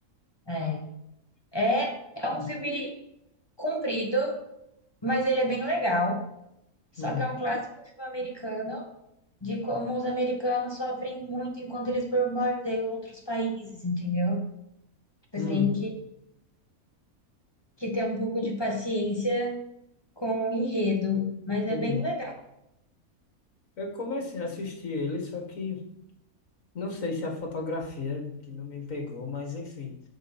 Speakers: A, on the left; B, on the left.
A: É, é, é um filme comprido, mas ele é bem legal. Só
B: Hum,
A: que é um clássico filme americano de como os americanos sofrem muito enquanto eles bombardeiam outros países, entendeu? Você
B: hum,
A: tem que, que ter um pouco de paciência com o enredo, mas
B: entendi.
A: é bem legal.
B: Eu comecei a assistir ele, só que não sei se é a fotografia né, que não me pegou, mas enfim.